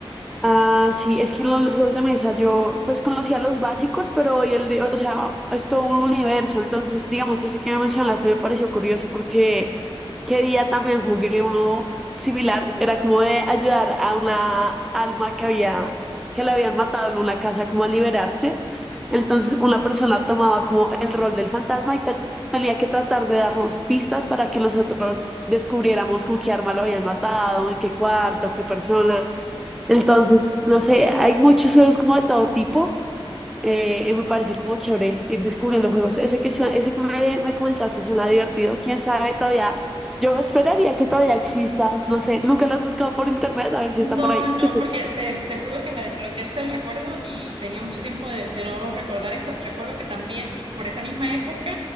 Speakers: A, in the centre; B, on the right.
A: Ah, sí, es que lo- los juegos de mesa yo pues conocía los básicos, pero hoy el de, o sea, es todo un universo. Entonces, digamos, ese que me mencionaste me pareció curioso porque qué día también jugué uno similar, era como de ayudar a una alma que había, que la habían matado en una casa como a liberarse. Entonces,
B: Ah,
A: una persona tomaba como el rol del fantasma y te- tenía que tratar de darnos pistas para que nosotros descubriéramos con qué arma lo habían matado, en qué cuarto, qué persona. Entonces, no sé, hay muchos juegos como de todo tipo. eh, y me parece como chévere ir descubriendo juegos. Ese que, suena- ese que me, me comentaste suena divertido. Quién sabe todavía. Yo esperaría que todavía exista. No sé, nunca lo has buscado por internet a ver si
B: No,
A: está por ahí.
B: no,
A: <laughs>
B: porque te, te juro que me desbloqueaste el recuerdo y tenía mucho tiempo de, de no recordar eso. Recuerdo que también por esa misma época